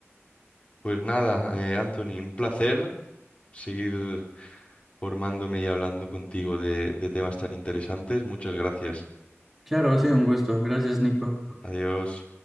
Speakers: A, on the left (about 25°); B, in the centre.
A: Pues nada, eh, Anthony, un placer seguir formándome y hablando contigo de, de temas tan interesantes. Muchas gracias.
B: Claro, ha sido un gusto. Gracias, Nico.
A: Adiós.